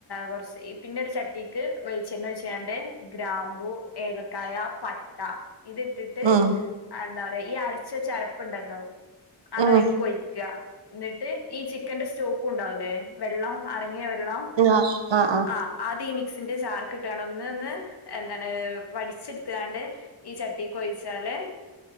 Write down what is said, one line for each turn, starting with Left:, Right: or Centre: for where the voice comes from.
Left: കൊറച് പിന്നെ ഒരു ചട്ടിക്ക് വേളിച്ചണ്ണ ഒഴിച്ചാണ്ട് ഗ്രാമ്പു ഏലക്കായ പട്ട ഇത് ഇട്ടിട്ട്
Right: ഉം ഉം
Left: എന്താ പറയാ ഈ ചരപ്പൊണ്ടല്ലോ അതയിക്ക്
Right: ഉം
Left: ഒയിക്ക ന്നിട്ട് ഈ ചിക്കന്റെ സ്റ്റോ പ്പൂ ഉണ്ടാവല്ലേ വെള്ളം അറങ്ങിയ വെള്ളം
Right: ആഹ് ആഹ് ആഹ്
Left: ആഹ് അത് ഈ മിക്സിന്റെ ചാർ കിട്ടുകയാണ് ഒന്ന് ഒന്ന് എന്താണ് വടിച്ചെടുത്ത് ത്താണ്ട് ഈ ചട്ടിക്കൊഴിച്ചാല്